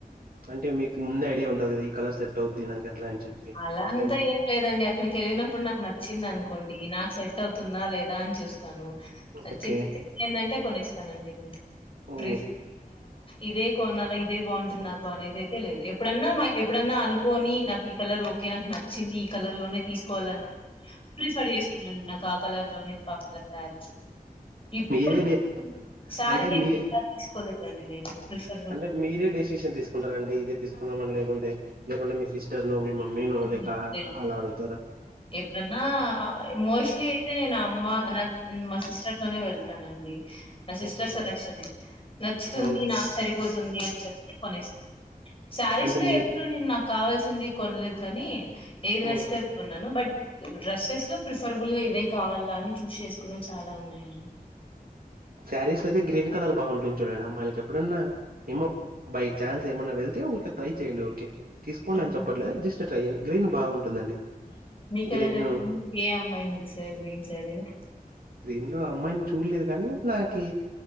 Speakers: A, on the right; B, on the left.
A: అంటే మీకు ముందే ఐడియా ఉంటు ఈ కలర్ సెట్ అవ్వుద్ది నాకి అని చెప్పి
B: అలా
A: అట్లేం
B: అంత ఏం లేదండి అక్కడికి వెళ్ళినప్పుడు నాకు నచ్చింది అనుకోండి నాకు సెట్ అవుతుందా లేదా అని చూస్తాను నచ్చింది
A: ఓకే
B: ఏందంటే కొనిస్తానండి అంతే
A: ఓ
B: ప్రిఫ ఇదే కొనాల ఇదే బాగుంటుంది నాకు అనేది అయితే లేదు ఎప్పుడన్నా ఎప్పుడన్నా అనుకోని నాకి కలర్ ఒకే నాకు నచ్చింది కలర్ లోనే తీసుకోవాల ప్రిఫర్ చేస్తానండి నాకు ఆ కలర్ లోనే కావాల శారీ ఇప్పటి
A: మీరే
B: వరకు
A: డే
B: శారీ
A: అంటే
B: అయితే
A: మీ
B: తీసుకోలేదండి నేను ప్రిఫర్
A: అంటే మీరే డెసిషన్ తీసుకుంటారా అంటే ఇదే తీసుకున్నామని లేకుంటే మీ సిస్టర్ సిస్టర్ నో మీ మమ్మీ నో లేక
B: లేదు. లేదు.
A: అలా అడుగు
B: ఎప్పుడన్నా మోస్ట్లీ అయితే నేను అమ్మ నా మా సిస్టర్ తోనే వెళ్తానండి నా సిస్టర్
A: అవునండి
B: సెలక్షణే నచ్చుతుంది
A: అవునా
B: నాకు సరిపోతుంది అని చెప్పి కొనేస్తంది శారీస్
A: అంటే
B: లో
A: మీ
B: ఎప్పుడు నేను నాకు కావాల్సింది కొనలేదు కానీ ఏది
A: మ్మ్
B: నచ్చుతుంది న్నాను బట్ డ్రెస్సెస్ లో ప్రిఫరబుల్ గా ఇదే కావాలా అని చూస్ చేసుకునే చాలా ఉన్నాయండి.
A: సారీస్ లో అయితే గ్రీన్ కలర్ బావుంది గు చూడండి అమ్మాయిలకి ఎప్పుడన్నా ఏమో బై ఛాన్స్ ఏమన్నా వెళ్తే ఊరికే ట్రై చేయండి ఊరికే తీసుకోండి
B: అవునా?
A: అని చెప్పట్లే జస్ట్ గ్రీన్ బాగుంటుందండి
B: మీకెలా
A: గ్రీన్
B: తెలుసుంది ఏ అమ్మాయిని చూసారు గ్రీన్ శారీలో
A: గ్రీన్ లో అమ్మాయిని చూడలేదు కానీ నాకి